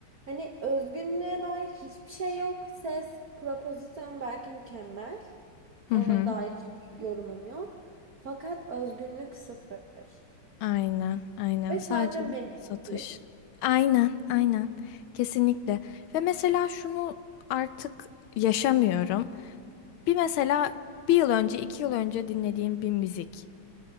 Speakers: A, on the right; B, on the left.
A: Hani özgünlüğe dair hiçbir şey yok. Ses, propozisyon belki mükemmel.
B: Hı
A: Ona
B: hı.
A: dair hiçbir yorumum yok. Fakat özgünlük sıfır.
B: Aynen, aynen.
A: Ve
B: Sadece
A: sadece medyatiklik.
B: satış. Aynen, aynen. Kesinlikle. Ve mesela şunu artık yaşamıyorum. Bir mesela bir yıl önce, iki yıl önce dinlediğim bir müzik.